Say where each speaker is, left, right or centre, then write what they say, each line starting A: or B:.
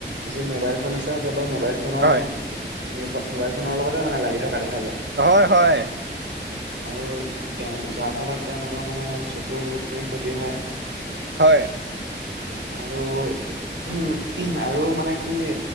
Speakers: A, on the right; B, on the right.
A: যি মোবাইলফোন আছে কেৱল মোবাইল ফোনৰ
B: হয়
A: মো-মোবাইল ফোনৰ লগতে মানে লাগি থকা দেখা যায়।
B: হয় হয়।
A: আৰু তে যাৰ ফলত তেওঁলোকৰ মানে চকুৰ বহুতখিনি ক্ষতি হয়।
B: হয়।
A: আৰু <unintelligible> আৰু মানে কি